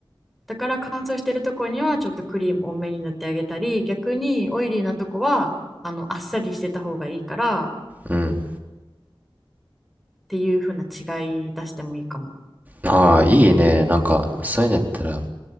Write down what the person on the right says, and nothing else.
うん
ああーいいねなんかそういうのやったら